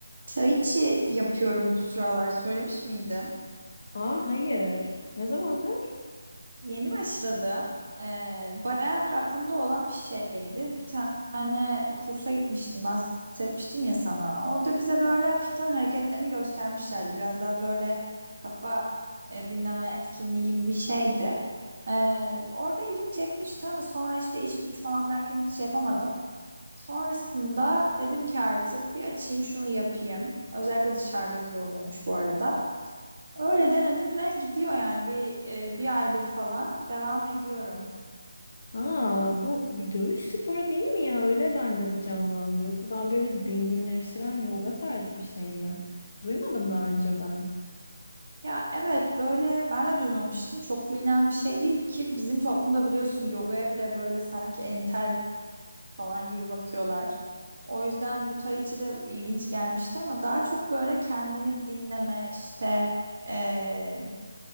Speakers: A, on the right; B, on the left.
A: Tai yapıyorum bu sıralar söylemiş miydim?
B: Aa hayır. Ne zamandır?
A: Yeni başladım. Ee, bayağıdır aklımda olan bir şeydi. Bir tane kursa gitmiştim bahsetmiştim ya sana. Orada bize böyle hafiften hareketlerini göstermişlerdi. Biraz daha böyle kafa e, dinleme etkinliği gibi bir şeydi. Ee, orada ilgimi çekmişti ama sonra işte iş güç falan derken hiç şey yapamadım. Sonrasında dedim ki artık bir açayım şunu yapayım. Özellikle dışarıda güzel oluyormuş bu arada. Öyle denedim ve gidiyor yani bir e, bir aydır falan devam ediyorum.
B: Aa bu bir dövüş sporu değil mi ya? Öyle bende bir canlandı. Yoksa daha böyle dinginleştiren yoga tarzı bir şey mi? Duymadım daha önce ben.
A: Ya evet böyle ben de duymamıştım. Çok bilinen bir şey değil ki bizim toplumda biliyorsun yogaya bile böyle sanki entel falan gibi bakıyorlar. O yüzden bu tai chi de ilginç gelmişti ama daha çok böyle kendini dinleme işte e,